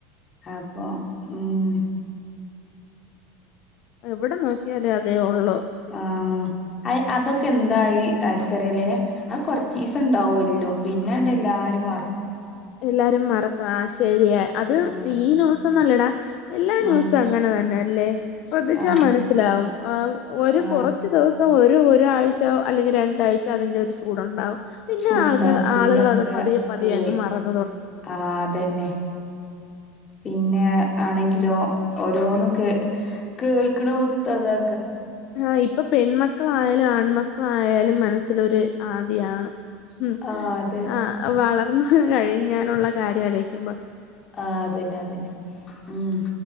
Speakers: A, on the left (about 35°); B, on the left (about 60°).
A: അപ്പൊ ഉം
B: എവിടെ നോക്കിയാലും അതേ ഒള്ളു
A: ആ അ അതൊക്കെ എന്തായി ആർക്കറിയാലേ അത് കൊറചീസം ഉണ്ടാവും എല്ലോം പിന്നെണ്ട് എല്ലാരും മറ
B: എല്ലാരും മറക്കും ആ ശരിയാ അത്
A: ഉം
B: ഈ ന്യൂസെന്നല്ലാഡാ എല്ലാ
A: ഉം
B: ന്യൂസും അങ്ങനെ തന്നെ അല്ലേ ശ്രദ്ധിച്ചാ
A: ആ
B: മനസ്സിലാവും ആ ഒരു
A: ആ
B: കുറച്ചു ദിവസം ഒരു ഒരു ഒരാഴ്ച അല്ലെങ്കിൽ രണ്ടാഴ്ചോ അതിന്റെ ഒരു ചൂടുണ്ടാവും പിന്നെ
A: ചൂടുണ്ടാവും
B: ആൾക്കാ
A: പിന്നൊക്കെ
B: ആളുകൾ അത് പതിയെ പതിയെ
A: പോയി
B: അങ്ങ് മറന്ന
A: ആ അതെന്നെ. പിന്നെ ആണെങ്കിലോ ഓരോന്ന് കേ കേൾക്ക്ണ മൊത്തം അതാ
B: ആ ഇപ്പൊ പെൺമക്കളായാലും ആൺമക്കളായാലും മനസ്സിലൊര് ആദിയാണ് മ്
A: ആഹ് അതെ
B: ആ വളർന്ന് കഴിഞ്ഞാലുള്ള കാര്യം ആലോയ്ക്കുമ്പോ
A: ആ അതെന്നെ അതെന്നെ മ്മ്